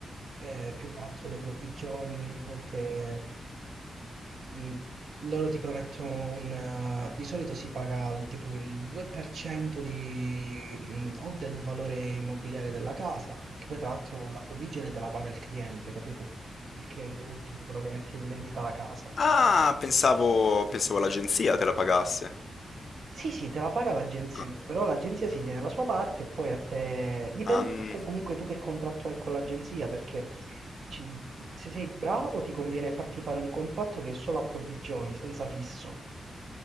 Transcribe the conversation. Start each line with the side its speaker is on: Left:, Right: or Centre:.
Right: eh, più che altro le provvigioni a volte Mm, Loro ti promettono un... eh, di solito si paga il, tipo il 2% di, mm, o del valore immobiliare della casa, che poi tra l'altro la provvigione te la paga il cliente, capito? Il cliente ultimo, quello che mette in vendita la casa.
Left: Ah, pensavo pensavo l'agenzia te la pagasse.
Right: Sì, sì, te la paga l'agenzia,
Left: Ah,
Right: però l'agenzia si tiene la sua parte e poi a te... Dipende
Left: ah, mm,
Right: sempre comunque tu che contratto hai con l'agenzia, perché ci- se sei bravo ti conviene farti fare un contratto che è solo a provvigioni, senza fisso.